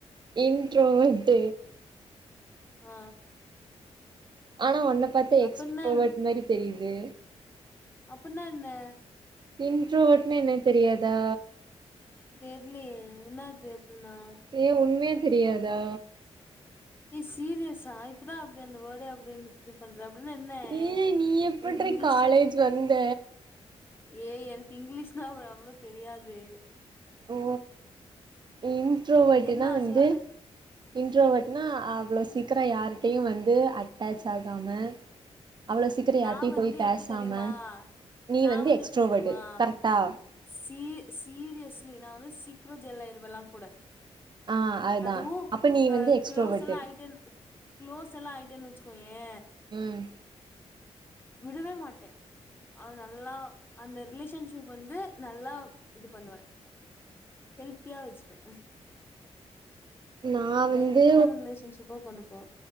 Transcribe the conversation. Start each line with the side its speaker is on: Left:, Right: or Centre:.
Right: இண்ட்ரோவர்ட்
Left: ஆ
Right: ஆனா உன்ன பாத்தா
Left: அப்பன்னா
Right: எக்ஸ்ட்ரோவர்ட்
Left: என்ன
Right: மாரி தெரியுது
Left: அப்பன்னா என்ன
Right: இன்ட்ரோவட்னா என்னன்னு தெரியாதா
Left: தெரிலியே என்னாது அப்டின்னா
Right: ஏ உண்மே தெரியாதா
Left: ஏ சீரியஸா இப்பதா அப்டி அந்த வேர்டே இது பண்ற அப்டின்னா என்ன
Right: ஏ நீ எப்புட்ரி
Left: எனக்கு இங்கிலீஷ்ச
Right: காலேஜ் வந்த
Left: ஏய் எனக்கு இங்கிலீஷ்னா அவ் அவ்ளோ தெரியாது
Right: ஓ இன்ட்ரோவர்ட்னா
Left: என்னா
Right: வந்து
Left: சொல்லு
Right: இன்ட்ரோவட்னா அவ்ளோ சீக்கிர யார்ட்டையு வந்து அட்டாச் ஆகாம அவ்ளோ சீக்கிரம் யார்ட்டயு
Left: நா வந்து
Right: போய் பேசாம
Left: எப்டி தெரியுமா
Right: நீ
Left: நா
Right: வந்து எக்ஸ்ட்ரோவட்
Left: எப்டி தெரியுமா
Right: கரெக்டா
Left: சீ சீரியஸ்லி நா வந்து சீக்கிரம் ஜெல் ஆயிருவே எல்லார் கூட
Right: ஆ அதுதா
Left: அதுவு
Right: அப்ப நீ
Left: அ
Right: வந்து எக்ஸ்ட்ரோவர்ட்டு
Left: க்ளோஸ் எல்லா ஆய்ட்டு க்ளோஸ் எல்லா ஆயிட்டேன்னு வச்சுக்கோயே
Right: ம்
Left: விடவே மாட்ட ஆ நல்லா அந்த ரிலேஷன்ஷிப் வந்து நல்லா இது பண்ணுவே ஹெல்த்தியா வச்சுப்ப
Right: நா
Left: ஹெல்த்தியான
Right: வந்து
Left: ரிலேஷன்ஷிப்பா கொண்டுபோவ